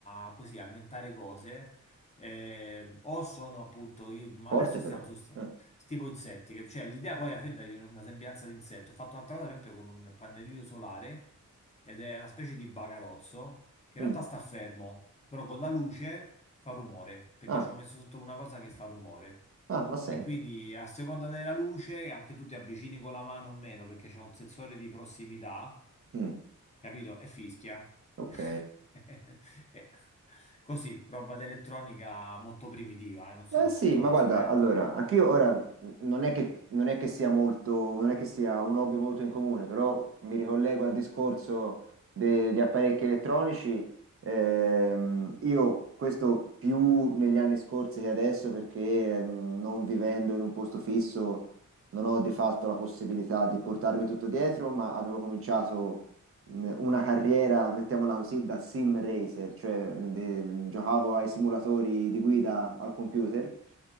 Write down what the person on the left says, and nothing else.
a così a inventare cose eh, o sono appunto, i- ma
adesso stiamo
su st-
tipo insetti, cap- cioè l'idea poi alla fine dà una sembianza di insetto. Ho fatto un'altra cosa, per esempio, con un pannellino solare ed è una specie di bagarozzo che in
realtà sta fermo, però con la luce fa rumore, perché
ci ho messo sotto una cosa che fa rumore.
E quindi a seconda della luce anche tu ti avvicini con la mano o meno perché c'è un sensore di prossimità,
capito? E fischia.
<laughs> E- Così, roba d'elettronica molto primitiva, eh, non sono
molto
esperto.